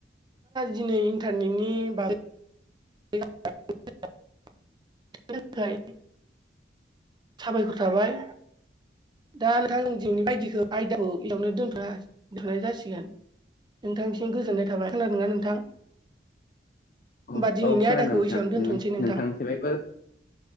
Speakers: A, on the right; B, on the left.
A: दिनै इन्टारनेटनि बागै <unintelligible> थाखाय साबायखर थाबाय दा नोंथां <unintelligible> बायदिखौ आयदाखौ इयावनो दोनथ' दोनथ'नाय जासिगोन। नोंथांसिम गोजोननाय थाबाय। खोनादोंङा नोंथां?
B: औ
A: होमबा दिनैनि
B: औ खोनादों
A: आयदाखौ
B: नोंथां।
A: एसेयावनो दोनथ'नोसै
B: नोंनि
A: नोंथां
B: नोंथांनिसे बायबो